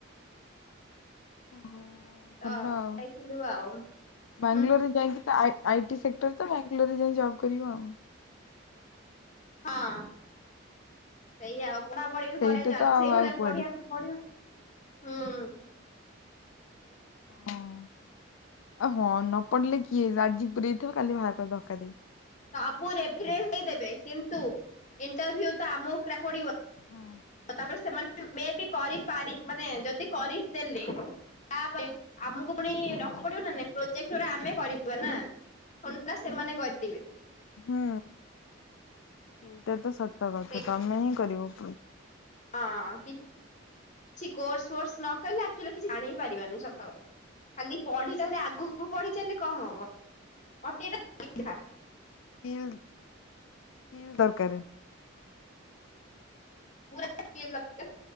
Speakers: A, on the left; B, on the left.
A: ଓହୋ। ଭଲ
B: ତ ଯାଇଥିଲୁ
A: ଆଉ।
B: ଆଉ।
A: ବାଙ୍ଗାଲୋରରେ
B: ହୁଁ
A: ଯାଇକି ତା ଆଇ ଟି ସେକ୍ଟର ତ। ବ୍ୟାଙ୍ଗାଲୋରରେ ଯାଇ ଜବ୍ କରିବ ଆଉ।
B: ହଁ ସେଇୟା ଆଉ ପଢାପଢି ବି
A: ସେଇଟା
B: କରିବା ଚାଲି
A: ତ ଆଉ
B: ସେଇଭଳିଆ
A: ଆଉ କୁଆଡେ।
B: ପଢିବାକୁ। ପଢ଼ିବାକୁ ହୁଁ।
A: ହଁ ଆଉ ହଁ ନ ପଡିଲେ କିଏ ଆଜି ପୁରେଇ ଥିବ କାଲି ବାହାର କରିଦବ ଧକା ଦେଇ।
B: ସବୁ ରେଫରେନ୍ସ ଦେଇ ଦେବେ କିନ୍ତୁ ଇଣ୍ଟରଭ୍ୟୁ ତ ଆମ ଉପରେ ପଡିବ।
A: ହଁ।
B: ତାପରେ ସେମାନେ ମେ ବି କରିପାରି ମାନେ ଯଦି କରିଦେଲେ ତା ପରେ। ଆମକୁ ପୁଣି
A: ହଁ।
B: ରଖି ପଡିବ ନା ନାଇଁ ପ୍ରୋଜେକ୍ଟ ଗୁରା ଆମେ କରିବୁ। ବନା ଥୋଡିନା ସେମାନେ କରିଥିବେ।
A: ହୁଁ ଏଇଟା ତ ସତ କଥା
B: ସେଇ
A: ତମେ ହିଁ କରିବପୃ
B: ହଁ କିଛି କୋର୍ସ, ଫୋର୍ସ ନ କଲେ ଆକ୍ଚୁଲି କିଛି ଜାଣି ହିଁ ପାରିବାନି ସତକଥା। ଖାଲି ପଢି ଚାଲେ ଆଗୁକୁ ପଢି ଚାଲେ କ'ଣ ହବ ମତେ ଏଟା ଦେଖା।
A: ସ୍କିଲ, ସ୍କିଲ ଦରକାରେ।
B: ପୁରା ସ୍କିଲ ଦରକାରେ